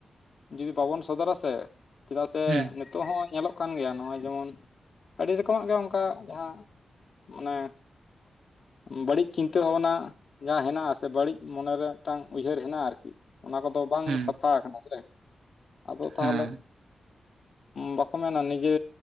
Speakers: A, on the left; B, on the right.
A: ᱡᱩᱫᱤ ᱵᱟᱵᱚᱱ ᱥᱚᱫᱚᱨᱟ ᱥᱮ ᱪᱮᱫᱟᱜ ᱥᱮ
B: ᱦᱩᱸ
A: ᱱᱤᱛᱚᱜ ᱦᱚᱸ ᱧᱮᱞᱚᱜ ᱠᱟᱱ ᱜᱮᱭᱟ ᱱᱚᱜᱼᱚᱭ ᱡᱮᱢᱚᱱ ᱟᱹᱰᱤ ᱨᱚᱠᱚᱢᱟᱜ ᱜᱮ ᱚᱱᱠᱟ ᱡᱟᱦᱟᱸ ᱢᱟᱱᱮ ᱵᱟᱹᱲᱤᱡ ᱪᱤᱱᱛᱟᱹ ᱵᱷᱟᱵᱱᱟ ᱡᱟᱦᱟᱸ ᱦᱮᱱᱟᱜᱼᱟ ᱥᱮ ᱵᱟᱹᱲᱤᱡ ᱢᱚᱱᱮ ᱨᱮ ᱢᱤᱫᱴᱟᱝ ᱩᱭᱦᱟᱹᱨ ᱦᱮᱱᱟᱜᱼᱟ ᱟᱨᱠᱤ ᱚᱱᱟ ᱠᱚᱫᱚ ᱵᱟᱝ
B: ᱦᱩᱸ
A: ᱥᱟᱯᱷᱟ ᱟᱠᱟᱱᱟ ᱥᱮ ᱟᱫᱚ ᱛᱟᱦᱚᱞᱮ
B: ᱦᱮᱸ
A: ᱵᱟᱠᱚ ᱢᱮᱱᱟ ᱱᱤᱡᱟᱹ